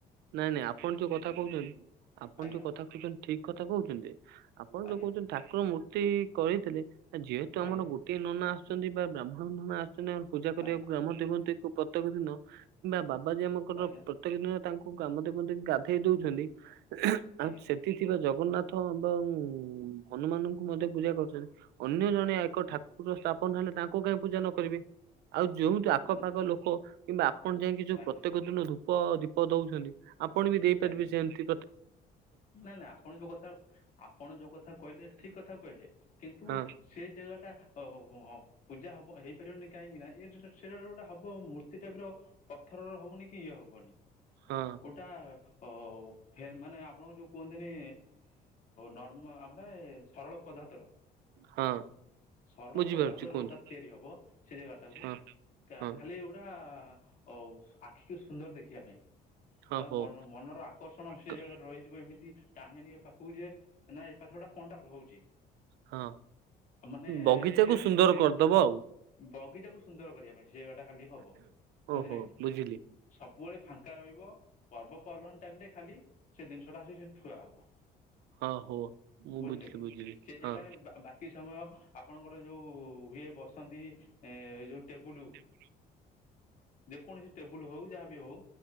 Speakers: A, on the right; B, on the left.
A: ନାଇଁ ନାଇଁ ଆପଣ ଯୋଉ କଥା କହୁଛନ୍ତି ଆପଣ
B: ଆଜ୍ଞା
A: ଯୋଉ କଥା କହୁଛନ୍ତି ଠିକ କଥା କହୁଛନ୍ତି, ଆପଣ
B: ଆଜ୍ଞା
A: ଯୋଉ କହୁଛନ୍ତି ଠାକୁର ମୂର୍ତ୍ତି କରିଥି ଆ ଯେହେତୁ
B: ଆଜ୍ଞା
A: ଆମର ଗୋଟେ ନନା ଆସୁଛନ୍ତି ବା ବ୍ରାହ୍ମଣ ନନା ଆସୁଛନ୍ତି ଆ ପୂଜା କରିବାକୁ
B: ଆଜ୍ଞା
A: ଗ୍ରମ ଦେ ମ ପ୍ରତ୍ୟେକ ଦିନ କିମ୍ବା ବାବାଜୀ ଆମଙ୍କର
B: ଆଜ୍ଞା
A: ପ୍ରତ୍ୟେକ ଦିନ <unintelligible> ଗାଧେଇ ଦଉଛନ୍ତି ଆଉ
B: ଆଜ୍ଞା
A: ସେଠ ଥିବା ଜଗନ୍ନାଥ ଏବଂ ହନୁମାନଙ୍କୁ ମଧ୍ୟ ପୂଜା କରୁଛନ୍ତି ଅନ୍ୟ ଜଣେ ଏକ
B: ଆଜ୍ଞା
A: ଠାକୁର ସ୍ଥାପନ ହେଲେ ତାଙ୍କୁ କାହିଁ ପୂଜା ନ କରିବେ ଆଉ ଯୋଉଠି ଆଖପାଖ
B: ଉଁ,
A: ଲୋକ କିମ୍ବା ଆପଣ ଯାଇକି ଯୋଉ
B: ଆଜ୍ଞା
A: ପ୍ରତ୍ୟେକ ଦିନ ଧୂପ ଦୀପ ଦଉଛନ୍ତି ଆପଣ ବି ଦେଇପାରିବେ
B: ଆଜ୍ଞା
A: ସେମତି
B: ନାଇଁ ନାଇଁ ଆପଣ ଯୋଉ କଥା ଆପଣ ଯୋଉ କଥା କହିଲେ ଠିକ କଥା କହିଲେ କିନ୍ତୁ
A: ହଁ
B: ସେ ଯ ଟା ଓ ପୂଜା ହବ ହେଇପାରିବନି କାହିଁକି ନା ଏୋ ସେଟ ଗୋଟା ହବ ମୂର୍ତ୍ତି ଟାପ ର ପଥରର ହବନି କି ଇଏ ହବନି
A: ହଁ
B: ଓଟା ଅ ମାନେ ଆପଣଙ୍କ ଯୋଉ କୁହନ୍ତିନି ନର୍ମା ଆମର ସରଳ ପଦାର୍ଥର
A: ହଁ
B: ସରଳ
A: ବୁଝିପାରୁଛି
B: ପଦାର୍ଥ ର
A: କୁହନ୍ତୁ
B: ଗୋଟା ତିଆରି ହବ ସେ ଜାଗା ଟାକୁ
A: ହଁ ହଁ
B: ଖାଲି ଗୋଟା ଅ ଆଖିକୁ ସୁନ୍ଦର ଦେଖିବା ପାଇଁ
A: ହଁ
B: ତା
A: ହଉ।
B: ମନର ଆକର୍ଷଣ ସେ
A: କ-
B: ଜାଗାରେ ରହିଛି ଯିବ ଏମିତି ଟାଣଆନ ଏ ପାଖକୁ ଯେ ନା ଏ ପାଖରେ ଗୋଟେ କଣ୍ଟା ରହୁଛି
A: ହଁ
B: ମାନେ
A: ବଗିଚାକୁ
B: ସେ
A: ସୁନ୍ଦର କରିଦବ ଆଉ
B: ବଗିଚାକୁ ସୁନ୍ଦର କରିବା ପାଇଁ ଜଗଟା ଖାଲି ହବ ବୁଝିଲେ
A: ଓହୋ
B: କି
A: ବୁଝିଲି।
B: ସବୁବେଳେ ଫାଙ୍କା ରହିବ ପର୍ବପର୍ବାଣି ଟାଇମ ରେ ଖାଲି ସେ ଜିନିଷଟା ଆସିକ ସେଠି ଠୁଆ ହବ
A: ହଁ ହଉ
B: ବୁଝିଲେ
A: ବୁଝିଲି
B: କି
A: ବୁଝିଲି
B: ସେ ଜାଗାରେ
A: ହଁ
B: ବାକି ସମୟ ଆପଣଙ୍କର ଯୋଉ ୁଏ ବସନ୍ତି ଏଇ ଯଉ ଟେବୁୁ
A: ହୁଁ
B: ଯେକୌଣସି ଟେବୁଲ ହଉ ଯାହା ବି ହଉ